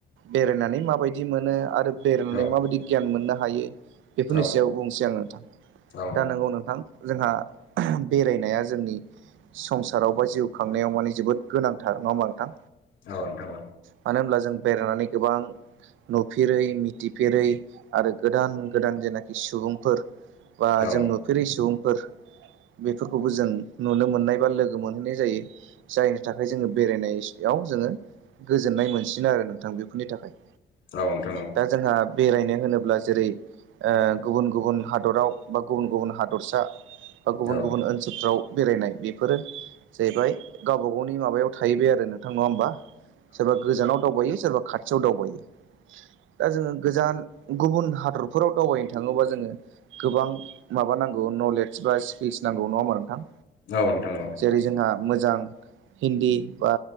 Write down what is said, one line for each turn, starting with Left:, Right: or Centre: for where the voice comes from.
Right: बेरायनानै माबायदि मोनो आरो बेरायनानै
Left: औ
Right: माबायदि गियान मोननो हायो बेफोरनि
Left: औ
Right: सायाव बुंसै आं नोंथां
Left: औ
Right: दा नंगौ नोंथां जोंहा बेरायनाया जोंनि संसाराव बा जिउ खांनायाव माने जोबोद गोनांथार नङा होमबा नोंथां
Left: औ नोंथां औ नोंथां औ
Right: मानो होनब्ला जों बेरायनानै गोबां नुफेरै मिथिफेरै आरो गोदान गोदान जेनाखि सुबुंफोर बा
Left: औ
Right: जों नुफेरिस फोर बेफोरखौबो जों नुनो मोननाय बा लोगो मोनहैनाय जायो जायनि थाखाय जोङो बेरायनायाव जोङो गोजोननाय मोनसिनो आरो नोंथां बेफोरनि थाखाय
Left: औ नोंथां औ नोंथां औ
Right: दा जोंहा बेरायनो होनोब्ला जेरै गुबुन गुबुन हादराव बा गुबुन गुबुन हादरसा बा गुबुन
Left: औ
Right: गुबुन ओनसोलफ्राव बेरायनाय बेफोरो जाहैबाय गावबा गावनि माबायाव थाहैबाय आरो नोंथां नङा होमबा सोरबा गोजानाव दावबायो सोरबा खाथियाव दावबायो दा जोङो गोजान गुबुन हादरफोराव दावबायनो थाङोबा जोङो गोबां माबा नांगौ नलेदस बा स्किल्स नांगौ नङा होनबा नोंथां
Left: औ नोंथां औ
Right: जेरै जोंहा मोजां हिन्दी बा